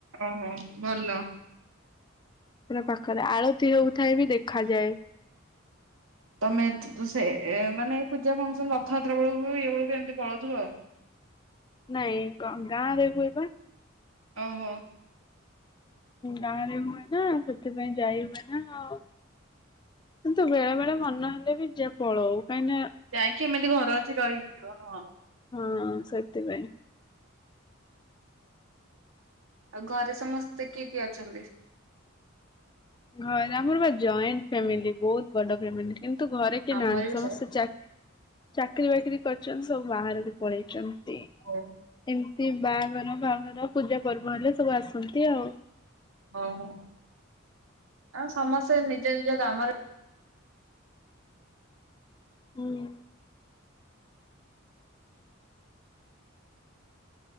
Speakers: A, on the right (about 75°); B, on the left (about 20°).
A: ଓହୋ, ଭଲ।
B: ପୁରା ପାଖରେ, ଆଳତି ହଉଥାଏ ବି ଦେଖାଯାଏ।
A: ତମେ ସେ ମାନେ ପୂଜା ଫଙ୍କସନ୍ ରଥଯାତ୍ରା ବେଳକୁ, ଇଏ ବେଳକୁ, ଏମିତି ପଳଉଥିବ ଆଉ
B: ନାଇଁ, ଗାଁ ଗାଁରେ ହୁଏପା।
A: ଓହୋ।
B: ଗାଁରେ ହୁଏ ନା, ସେଥିପାଇଁ ଯାଇ ହୁଏ ନା ଆଉ। କିନ୍ତୁ ବେଳେ ବେଳେ ମନେ ହେଲେ ବି ଯେଏ ପଳଉ, କାହିଁ ନା
A: ଯାଇକି ଏମିତି ଘର ଅଛି ରହିଯିବ, ହଁ
B: ହଁ, ସେଥି ପାଇଁ।
A: ଆଉ ଘରେ ସମସ୍ତେ କିଏ କିଏ ଅଛନ୍ତି?
B: ଘ ଆମର ବା ଜଏଣ୍ଟ୍ ଫ୍ୟାମିଲି, ବହୁତ ବଡ ଫ୍ୟାମିଲି କିନ୍ତୁ ଘରେ କିଏ
A: ଆମର
B: ନାହାନ୍ତି,
A: ବି
B: ସମସ୍ତେ
A: ସେୟା
B: ଚାକ୍ ଚାକିରୀ ବାକିରି କରିଚନ୍ତି, ସବୁ ବାହାକୁ ପଳେଇଚନ୍ତି,
A: ଓ
B: ଏମିତି ବାହାଘର ଫାହାଘର ପୂଜା ପର୍ବ ହେଲେ ସବୁ ଆସନ୍ତି ଆଉ
A: ଓହୋ, ସମସ୍ତେ ନିଜ ନିଜ କାମରେ
B: ଉଁ ଉଁ